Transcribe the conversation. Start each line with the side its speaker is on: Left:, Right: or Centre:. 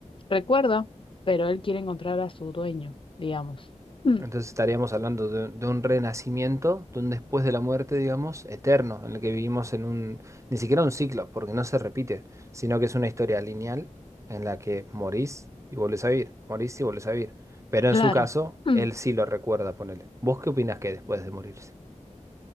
Left: Recuerdo, pero él quiere encontrar a su dueño, digamos. Mm,
Right: Entonces estaríamos hablando de, de un renacimiento, de un después de la muerte, digamos, eterno, en el que vivimos en un, ni siquiera un ciclo, porque no se repite, sino que es una historia lineal en la que morís y volvés a vivir, morís y volvés a vivir. Pero en
Left: claro.
Right: su caso,
Left: Mm.
Right: él sí lo recuerda, ponele. ¿Vos qué opinás que hay después de morirse?